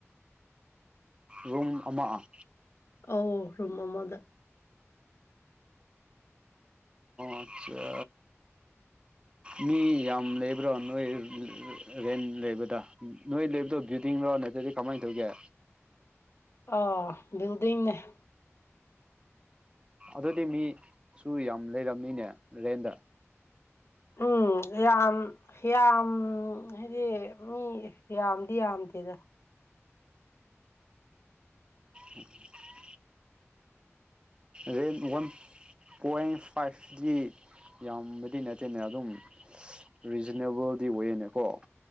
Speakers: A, on the right; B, on the left.
A: ꯔꯨꯝꯨꯝ ꯑꯃꯃꯛ
B: ꯑꯣ ꯔꯝꯕ ꯃꯗ
A: ꯑꯠꯆꯥ ꯃꯤ ꯌꯥꯝ ꯂꯩꯕ꯭ꯔꯣ ꯅꯣꯏ ꯔꯦꯟ ꯂꯩꯕꯗ ꯅꯣꯏ ꯂꯩꯕꯗꯣ ꯗꯤ ꯣ ꯅꯠꯇꯗꯤ ꯀꯃꯥꯏꯅ ꯇꯧꯒꯦ
B: ꯑꯥ ꯜꯗꯤꯡꯅꯦ <inaudible>
A: ꯑꯗꯨꯗꯤ ꯃꯤꯁꯨ ꯌꯥꯝ ꯂꯩꯔꯝꯅꯤꯅꯦ ꯔꯦꯟꯗ
B: ꯑꯥ <inaudible> <unintelligible> ꯌꯥꯝ ꯌꯥꯝ ꯍꯥꯏꯗꯤ ꯃꯤ ꯌꯥꯝꯗꯤ ꯌꯥꯝꯗꯦꯗ
A: ꯎꯝ <inaudible> ꯔ ꯋꯥꯟ <inaudible> ꯄꯣꯏꯟ ꯐꯥꯏꯚꯗꯤ ꯌꯥꯝꯕꯗꯤ ꯅꯠꯇꯦꯅꯦ ꯑꯗꯨꯝ ꯔꯤꯖꯅꯦꯕꯜꯗꯤ ꯑꯣꯏꯋꯦꯅꯦꯀꯣ